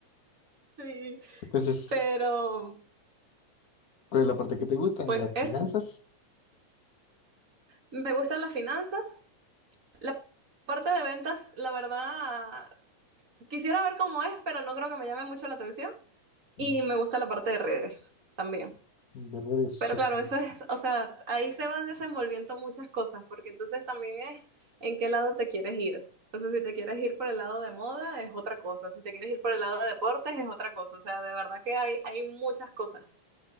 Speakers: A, on the right; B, on the left.
A: Sí.
B: Entonces,
A: Pero,
B: ¿cuál es la parte que te gusta? ¿En
A: pues
B: las
A: es,
B: finanzas?
A: me gustan las finanzas. La parte de ventas, la verdad, quisiera ver cómo es, pero no creo que me llame mucho la atención.
B: ¿En-
A: Y me gusta la parte de redes también.
B: ¿De redes
A: Pero
B: sociales?
A: claro, eso es, o sea, ahí se van desenvolviendo muchas cosas, porque entonces también es en qué lado te quieres ir. O sea, si te quieres ir por el lado de moda, es otra cosa. Si te quieres ir por el lado de deportes, es otra cosa. O sea, de verdad que hay, hay muchas cosas.